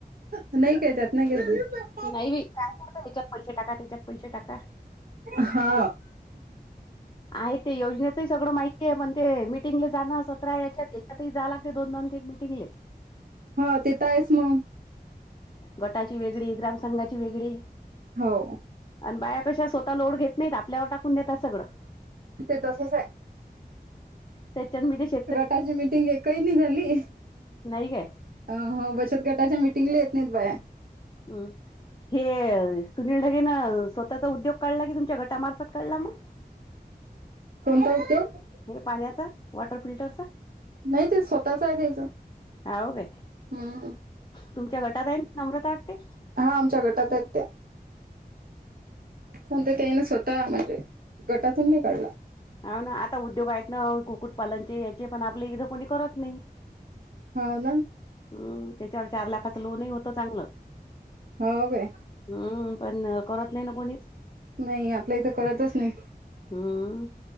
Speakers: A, on the right (about 65°); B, on the left (about 25°).
A: नाही काय त्यातनाही का
B: नाही बाई काय करत याच्यात पैसे टाका त्याच्यात पैसे टाका.
A: हा
B: आहे ते योजनेचंही सगळं माहिती आहे पण ते मीटिंगला जाणं सतरा याच्यात त्याच्यातही झाला. ते दोन दोने मिटिंगले.
A: हा तेथ आहेस मग.
B: गटाची वेगळी ग्रामसंघाची वेगळी.
A: हो.
B: आणि बाया कशा स्वतः लोड घेत नाहीत आपल्यावर टा टाकून देता सगळं,
A: ते तसच आहे
B: त्याच्यात म्हणजे शेतकरी
A: त्याची मीटिंग एक ही नाही झाली.
B: नाही काय.
A: अ हो बचत गटाच्या मिटिंगला येत नाहीत बाया.
B: हम! हे सुनील ढगेनं स्वतःचा उद्योग काढला कि तुमच्या घटामार्फत काढला मग.
A: कोणता उद्योग?
B: हे पाण्याचं वॉटर फिल्टरचं.
A: नाही ते स्वतःच आहे त्याचं.
B: हाव काय
A: हम्म!
B: तुमच्या गटात आहे नम्रता वाटते.
A: हा आमच्या गटात आहेत त्या. पण ते त्याने स्वतः म्हणजे गटातून नि काढला.
B: हा ना आता उद्योग आहेत ना, कुक्कुटपालनचे याचे पण आपले इथं कोणी करत नाही.
A: हाव ना.
B: हम्म त्याच्यावर चार लाखाच लोनही होत चांगलं.
A: हो काय
B: हम्म! पण करत नाही ना कोणीच.
A: नई... आपल्या इथं कळतंच नई
B: हम्म...